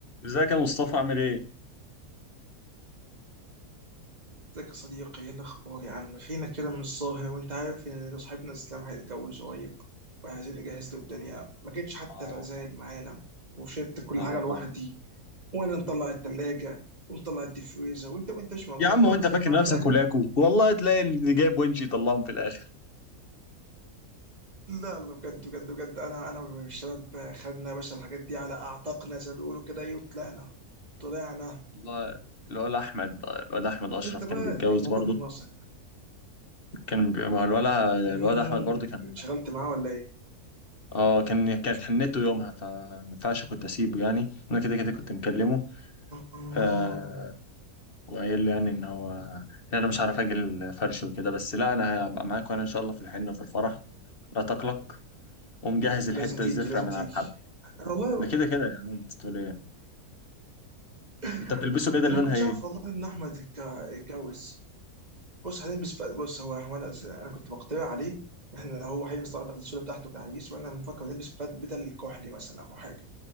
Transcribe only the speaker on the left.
ازيك يا مصطفى عامل ايه؟
اه
لا
والله
يا عم
هو انت فاكر
نفسك
ولاكو والله تلاقي اللي جايب ونشي يطلعهم في الاخر
والله الواد احمد الواد احمد اشرف
كان بيتجوز
برضه
كان بي... ما هو الواد الواد
احمد برضه كان
اه كان كانت حنته يومها فما ينفعش كنت اسيبه يعني انا كده كده كنت مكلمه
آه وقايل له يعني ان هو ان انا مش عارف اجي الفرش وكده بس لا انا هبقى معاك وانا ان شاء الله في الحنه وفي الفرح لا تقلق ومجهز
الحته
الزفره
من
على الحب
ده كده كده يعني انت تقول ايه
انت بتلبسه بدل
لونها
ايه